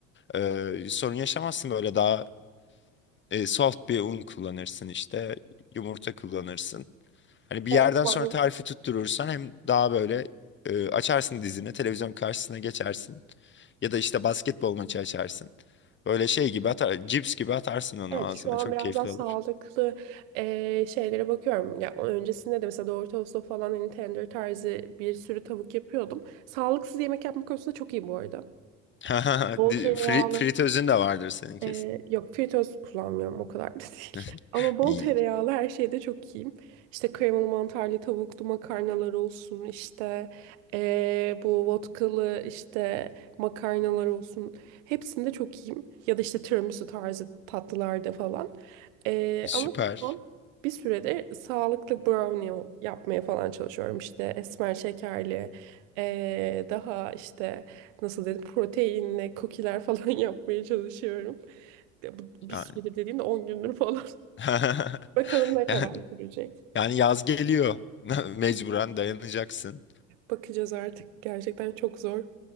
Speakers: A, on the left; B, on the right.
A: Ee, sorun yaşamazsın böyle daha e, soft bir un kullanırsın işte yumurta kullanırsın. Hani bir
B: Evet.
A: yerden sonra
B: var.
A: tarifi tutturursan hem daha böyle e, açarsın dizine televizyon karşısına geçersin ya da işte basketbol maçı açarsın. Böyle şey gibi atar cips gibi atarsın onu
B: Evet
A: ağzına
B: şu an
A: çok
B: biraz
A: keyifli
B: daha sağlıklı
A: olur.
B: eee, şeylere bakıyorum. Ya öncesinde de mesela doğru tostu falan hani tender tarzı bir sürü tavuk yapıyordum. Sağlıksız yemek yapma konusunda çok iyi bu arada.
A: <laughs>
B: Bol
A: Di-
B: tereyağlı,
A: fri- Fritözün de vardır senin kesin.
B: ee, yok fritöz kullanmıyorum o kadar da değil.
A: <laughs>
B: <laughs> Ama bol
A: İyi.
B: tereyağlı her şeyde çok iyiyim. İşte kremalı mantarlı tavuklu makarnalar olsun işte ee, bu vodkalı işte makarnalar olsun. Hepsinde çok iyiyim. Ya da işte tiramisu tarzı tatlılarda falan. Ee,
A: Süper.
B: ama şu an bir süredir sağlıklı brownie yapmaya falan çalışıyorum. İşte esmer şekerli ee, daha işte nasıl dedim proteinli kukiler falan <laughs> yapmaya çalışıyorum. Ya bu bir
A: Yani
B: süredir dediğimde 10 gündür falan.
A: <laughs>
B: <laughs> Bakalım ne
A: yani
B: kadar sürecek.
A: yani yaz geliyor. <laughs> Mecburen dayanacaksın.
B: Bakacağız artık. Gerçekten çok zor.